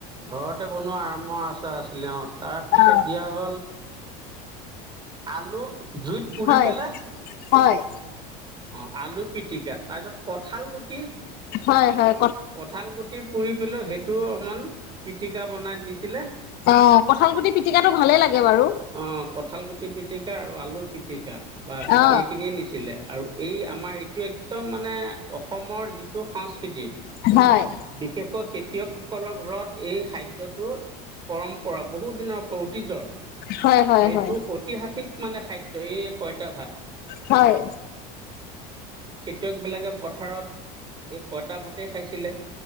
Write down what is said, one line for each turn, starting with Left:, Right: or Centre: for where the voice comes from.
Right: ঘৰতে বনোৱা আমাৰ আচাৰ আছিলে অ তাৰপিছত
Left: অ।
Right: দিয়া হ'ল। আলু জুইত পুৰি
Left: হয়
Right: পেলাই
Left: হয়
Right: অ আলু পিটিকা তাৰপিছত কঠাল গুটি
Left: হয় হয়।
Right: কঁঠাল গুটি পুৰি পেলো সেইটো অকমান পিটিকা বনাই দিছিলে।
Left: অ অ কঁঠাল গুটি পিটিকাটো ভালে লাগে। বাৰু
Right: অ কঠাল গুটি পিতিকা আৰু আলু পিতিকা বাচ
Left: অ
Right: এইখিনিয়ে নিছিলে আৰু এই আমাৰ এইটো একদম মানে অসমৰ যিটো সংস্কৃতি।
Left: হয়
Right: বিশেষকৈ খেতিয়কসকলৰ ঘৰত এই খাদ্যটোৰ পৰম্পৰা বহুদিনৰ পৰা অতীজৰ।
Left: হয় হয়
Right: এইটো
Left: হয়
Right: ঐতিহাসিক মানে খাদ্য এই পঁইতা ভাত।
Left: হয়।
Right: খেতিয়ক বিলাকে পথাৰত এই পঁইতা ভাতেই খাইছিলে।